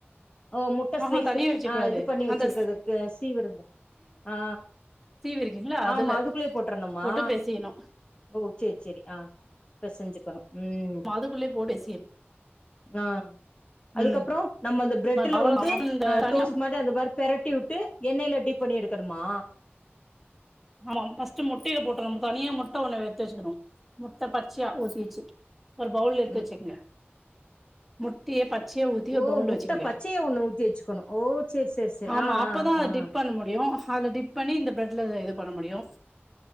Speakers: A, on the left (about 25°); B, in the centre.
A: ஓ முட்ட
B: ஆஹா
A: ஸ்லைஸ்
B: தனியா வச்சுக்க
A: ஆ
B: கூடாது
A: இது பண்ணி வச்சிருக்கதுக்கு
B: அந்த
A: சீவருங்க ஆ
B: சீவி இருக்கீங்களா அதுல
A: ஆமா அதுக்குள்ளே போட்ரணுமா
B: போட்டு பேசியணு
A: ஓ சேரி சேரி ஆ பெசஞ்சிக்கணு ம்
B: மா அதுக்குள்ளே போடு எஸ்கே
A: ஆ அதுகப்புறோ
B: ம்
A: நம்ம அந்த பிரெட்டுல
B: அவ்ளோதா
A: வந்து
B: இந்த
A: அ
B: தனியா
A: டோஸ் மாரி அது மாரி பெரட்டிவுட்டு எண்ணெயில டிப் பண்ணி எடுக்கணுமா
B: ஆமாம் ஃபஸ்ட்டு முட்டையில போட்ருணு தனியா முட்ட ஒன்ன எத்து வச்சிக்கணு முட்ட பச்சையா ஊத்திவச்சி ஒரு பவுல்ல எத்து
A: ம்
B: வச்சுகங்க முட்டைய பச்சயா ஊத்தி ஒரு
A: ஓ
B: பவுல்ல
A: முட்ட
B: வச்சுகுங்க
A: பச்சையா ஒண்ணு ஊத்தி வச்சுக்கணு ஓ சேரி சேரி சேரி
B: ஆமா
A: ஆ
B: அப்பதா
A: ஆ ஆ
B: டிப்
A: ஆ.
B: பண்ண முடியு அத டிப் பண்ணி இந்த ஃப்ரெட்ல இது பண்ண முடியு